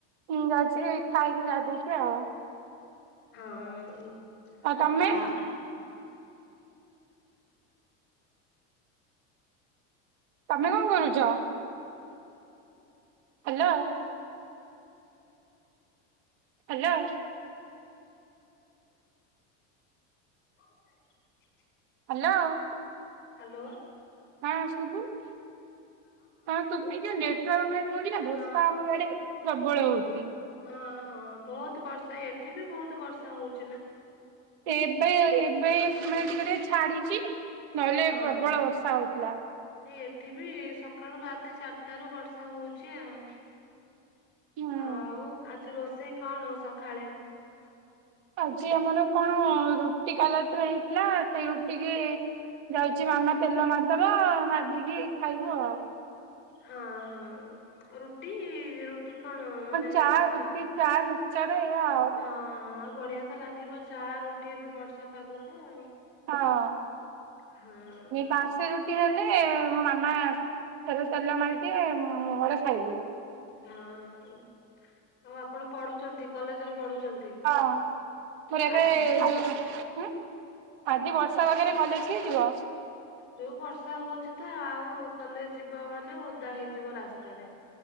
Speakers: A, on the right; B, on the left.
A: ମୁଁ ଯାଉଛି ଖାଇକ <unintelligible> ଆଉ।
B: ହଁ
A: ଆଉ ତମେ
B: ଆ
A: ତମେ କଣ କରୁଛ? ହ୍ୟାଲୋ। ହ୍ୟାଲୋ।
B: <unintelligible>
A: ହ୍ୟାଲୋ।
B: ହ୍ୟାଲୋ।
A: ହଁ ଶୁଭୁ ହଁ ଶୁଭୁ ଏ ଯୋଉଟଛି ନା
B: ହଁ
A: ବର୍ଷା ଆମରଡେ ପ୍ରବଳ ହଉଛି।
B: ହଁ ହଁ ବହୁତ ବର୍ଷା ଏଠି ବି ବହୁତ ବର୍ଷା ହଉଛି ନା।
A: ଏବେ ଏବେ ମେ ଟିକେ ଟିକେ ଛାଡିଛି ନହେଲେ
B: ହଁ
A: ପ୍ରବଳ
B: ହଁ।
A: ବର୍ଷା ହଉଥିଲା।
B: ଏଠି ବିି ସକାଳୁ ରାତି ଚାରିଟାରୁ ବର୍ଷା ହଉଛି ଆଉ।
A: ହୁଁ।
B: ଆଉ ଆଜି ରୋଷେଇ କଣ ସକାଳେ
A: ଆଜି ଆମର କଣ ରୁଟି କାଲତିରେ ହେଇଥିଲା ସେଇ ରୁଟି କି ଯାଉଛି ମାମା ତେଲ ମାରିଦବ ମଧିକି ଖାଇବୁ ଆଉ।
B: ହଁ ହଁ ରୁଟି ର କଣ ମାନେ
A: ଚା
B: ହଁ
A: ରୁଟି ଚା ମିକ୍ସଚର ଏଇଆ ଆଉ
B: ହ ବଢିଆ ଲାଗିବ ଚା ରୁଟି ଏବେ ବର୍ଷା ପାଗକୁ ଆଉ
A: ହଁ
B: ହଁ
A: ବାସି ରୁ ସେ ହେଲେ ମୋ ମାମା ଥର ତେଲ ମାରିଦିଏ ମୁଁ ଘରେ ଖାଇଦିଏ।
B: ହଁ ହଁ ଆଉ ଆପଣ ପଢୁଛନ୍ତି କଲେଜରେ ପଢୁଛନ୍ତି
A: ହଁ ମୋର ଏବେ
B: ଆଜି
A: ଯୋଉ ଆଜି ବର୍ଷା ପାଗରେ କଲେଜ କିଏ ଯିବ?
B: ଯୋଉ ବର୍ଷା ହଉଛି ତ ଆଉ କଲେ ଯିବା ମାନେ ଓଦା ହେଇଯିବ ରାସ୍ତାରେ।